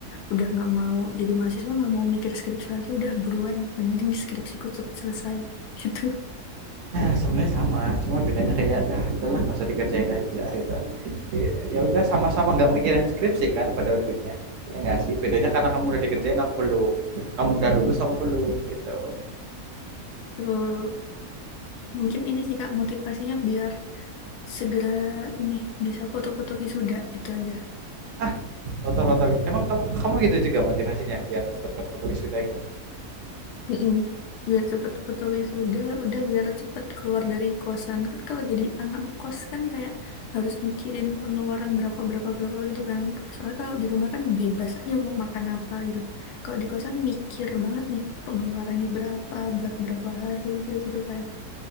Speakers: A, on the left (about 80°); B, on the right (about 65°).
A: udah nggak mau jadi mahasiswa, nggak mau mikir skripsi lagi, udah buruan. Yang penting skripsiku cepet selesai. <laughs> Gitu.
B: Nah, sebenarnya sama, cuma bedanya kayak ah udahlah nggak usah dikerjain aja gitu. Jadi, ya udah sama-sama nggak mikirin skripsi kan pada ujungnya. Ya nggak sih? Bedanya karena kamu udah dikerjain aku belum. Kamu udah lulus aku belum gitu.
A: Betul. Mungkin ini sih Kak motivasinya biar segera ini bisa foto-foto wisuda itu aja.
B: Hah, foto-foto wis- Emang kamu kamu gitu juga motivasinya biar cepat-cepat foto wisuda gitu.
A: Mm-mm. Biar cepet foto wisuda, udah biar cepet keluar dari kosan. Kan kalau jadi anak kos kan kayak harus mikirin pengeluaran berapa berapa berapa gitu kan. Soalnya kalau di rumah kan bebas aja mau makan apa gitu. Kalau di kosan mikir banget nih pengeluarannya berapa buat berapa hari gitu-gitu kan.